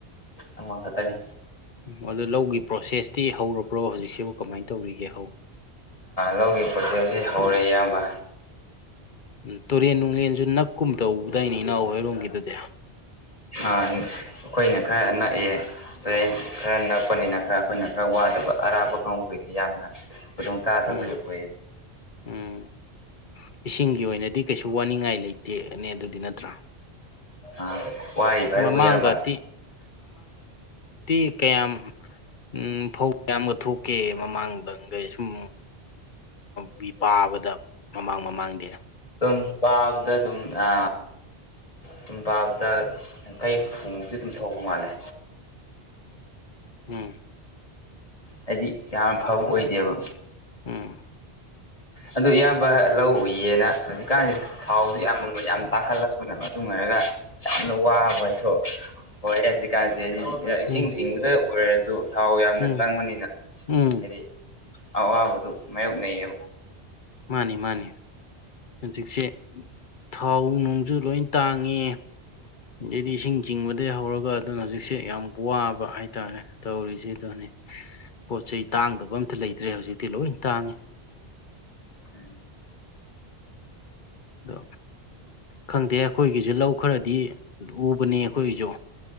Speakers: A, on the left (about 35°); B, on the left (about 55°).
A: ꯑꯃ ꯈꯛꯇꯅꯤ
B: ꯎ ꯑꯗꯨ ꯂꯧꯒꯤ ꯄ꯭ꯔꯣꯁꯦꯁꯇꯤ ꯍꯧꯔꯕ꯭ꯔꯣ ꯍꯧꯖꯤꯛꯁꯤꯕꯨ ꯀꯃꯥꯏꯅ ꯇꯧꯔꯤꯒꯦ ꯍꯧ
A: ꯂꯧꯒꯤ ꯄ꯭ꯔꯣꯁꯦꯁꯁꯤ ꯍꯧꯔꯦ ꯏꯌꯥꯝꯕ
B: ꯎꯝ ꯇꯨꯔꯦꯟ ꯅꯨꯡꯡꯂꯦꯟꯁꯨ ꯅꯛꯀꯨꯝ ꯇꯧꯕꯗꯥꯏꯅꯦ ꯏꯅꯥꯎ ꯍꯩꯔꯣꯝꯒꯤꯗꯨꯗꯤ
A: ꯑꯩꯈꯣꯏꯅ ꯈꯔ ꯅꯛꯑꯦ ꯑꯗꯩ ꯈꯔ ꯅꯛꯄꯅꯤꯅ ꯈꯔ ꯑꯩꯈꯣꯏꯅ ꯈꯔ ꯋꯥꯗꯕ ꯑꯔꯞꯄꯥ ꯀꯥꯡꯕꯨꯒꯤꯗꯤ ꯌꯥꯝꯅ ꯈꯨꯗꯣꯡꯆꯥꯗꯕꯗꯨ
B: ꯎꯝ
A: ꯑꯣꯏꯌꯦ
B: ꯎꯝ ꯏꯁꯤꯡꯒꯤ ꯑꯣꯏꯅꯗꯤ ꯀꯩꯁꯨ ꯋꯥꯅꯤꯡꯉꯥꯏ ꯂꯩꯇꯦꯅꯦ ꯑꯗꯨꯗꯤ ꯅꯠꯇ꯭ꯔꯥ
A: ꯑ ꯋꯥꯔꯤꯕꯥ ꯍꯥꯏꯕꯨ
B: ꯃꯃꯥꯡꯒꯗꯤ
A: ꯏꯌꯥꯝꯕꯥ
B: ꯇꯤ ꯀꯌꯥꯝ ꯎꯝ ꯐꯧ ꯀꯌꯥꯝꯒ ꯊꯣꯛꯀꯦ ꯃꯃꯥꯡꯗꯒꯩ ꯁꯨꯝ ꯕꯤ ꯄꯥꯕꯗ ꯃꯃꯥꯡ ꯃꯃꯥꯡꯗꯤ
A: ꯑꯗꯨꯝ ꯄꯥꯕꯗ ꯑꯗꯨꯝ ꯑ ꯁꯨꯝ ꯄꯥꯕꯗ ꯌꯥꯡꯈꯩ ꯍꯨꯝꯐꯨꯃꯨꯛꯇꯤ ꯑꯗꯨꯝ ꯊꯧꯕ ꯃꯥꯜꯂꯦ
B: ꯎꯝ
A: ꯍꯥꯏꯗꯤ ꯌꯥꯝ ꯐꯕ ꯑꯣꯏꯗꯦꯕ
B: ꯎꯝ
A: ꯑꯗꯨ ꯏꯌꯥꯝꯕ ꯂꯧ ꯎꯏꯌꯦꯅ ꯍꯧꯖꯤꯛꯀꯥꯟꯁꯦ ꯊꯥꯎꯁꯤ ꯌꯥꯝ ꯃꯃꯜ ꯌꯥꯝ ꯇꯥꯡꯈꯠꯂꯦ ꯑꯗꯨꯅ ꯃꯇꯨꯡ ꯑꯣꯏꯔꯒ ꯌꯥꯝꯅ ꯋꯥꯕ ꯍꯥꯏꯗꯣ ꯑꯣꯏꯔꯦ ꯍꯧꯖꯤꯛꯀꯥꯟꯁꯦ ꯏꯁꯤꯡ
B: ꯎꯝ
A: ꯆꯤꯡꯕꯗ ꯑꯣꯏꯔꯁꯨ ꯊꯥꯎ ꯌꯥꯝꯅ
B: ꯎꯝ
A: ꯆꯪꯕꯅꯤꯅ
B: ꯎꯝ
A: ꯍꯥꯏꯗꯤ ꯑꯋꯥꯕꯗꯨ ꯃꯥꯏꯌꯣꯛꯅꯩꯌꯦꯕ
B: ꯃꯥꯅꯤ ꯃꯥꯅꯤ ꯍꯧꯖꯤꯛꯁꯦ ꯊꯥꯎ ꯅꯨꯡꯁꯨ ꯂꯣꯏ ꯇꯥꯡꯉꯦ ꯑꯗꯩꯗꯤ ꯏꯁꯤꯡ ꯆꯤꯡꯕꯗꯒꯤꯩ ꯍꯧꯔꯒ ꯑꯗꯨꯅ ꯍꯧꯖꯤꯛꯁꯦ ꯌꯥꯝ ꯋꯥꯕ ꯍꯥꯏꯇꯥꯔꯦ ꯇꯧꯔꯤꯁꯦ ꯑꯗꯨꯅꯤ ꯄꯣꯠ ꯆꯩ ꯇꯥꯡꯗꯕ ꯑꯝꯇ ꯂꯩꯇ꯭ꯔꯦ ꯍꯧꯖꯤꯛꯇꯤ ꯂꯣꯏ ꯇꯥꯡꯉꯦ
A: ꯎꯝ
B: ꯑꯗꯣ ꯈꯪꯗꯦ ꯑꯩꯈꯣꯏꯒꯤꯁꯨ ꯂꯧ ꯈꯔꯗꯤ ꯎꯕꯅꯦ ꯑꯩꯈꯣꯏꯒꯤꯁꯨ